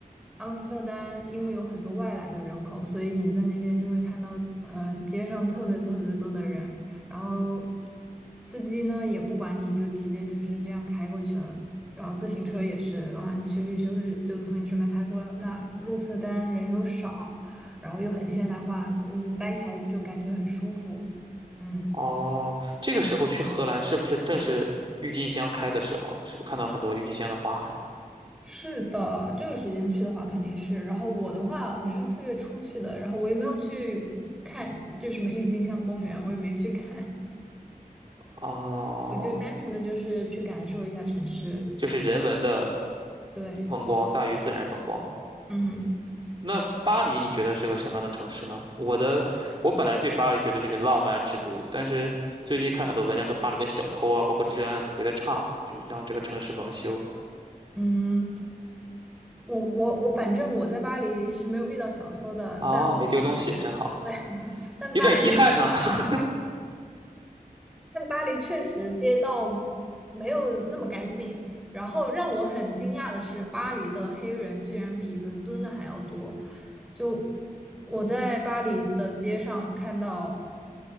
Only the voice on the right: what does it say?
哦，这个时候去荷兰是不是正是郁金香开的时候？是不是看到很多郁金香的花海？
哦，
就是人文的
风光大于自然风光。
那巴黎你觉得是个什么样的城市呢？我的，我本来对巴黎觉得这是浪漫之都，但是最近看很多文章说巴黎的小偷啊，包括治安啊特别的差，就是让这个城市蒙羞
啊，
没丢东西真好，
有点遗憾呢。<laughs>